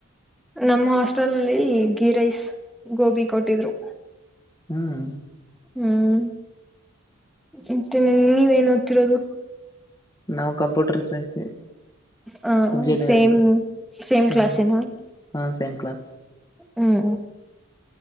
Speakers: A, in the centre; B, on the left.
A: ನಮ್ಮ ಹಾಸ್ಟೆಲ್ಲ್ಲಿ ಗೀ ರೈಸ್ ಗೋಬಿ ಕೊಟ್ಟಿದ್ರು.
B: ಹ್ಮ್.
A: ಹ್ಮ್ ಮತ್ತೆ ನೀವೇನು ಓದುತ್ತಿರುವುದು.
B: ನಾವು ಕಂಪ್ಯೂಟರ್ ಸೈನ್ಸ್.
A: ಹ
B: ಇಂಜಿನಿಯರಿಂಗ್
A: ಸೇಮ್ ಸೇಮ್
B: ಹ್ಮ್
A: ಕ್ಲಾಸ್ನಾ.
B: ಹಾ ಸೇಮ್ ಕ್ಲಾಸ್
A: ಹ್ಮ್.